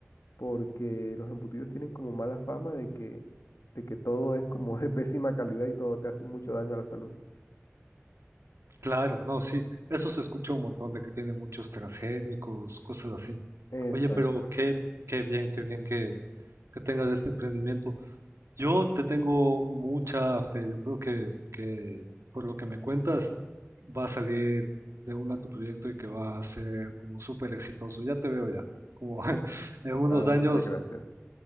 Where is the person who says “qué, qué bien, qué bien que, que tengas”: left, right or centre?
Right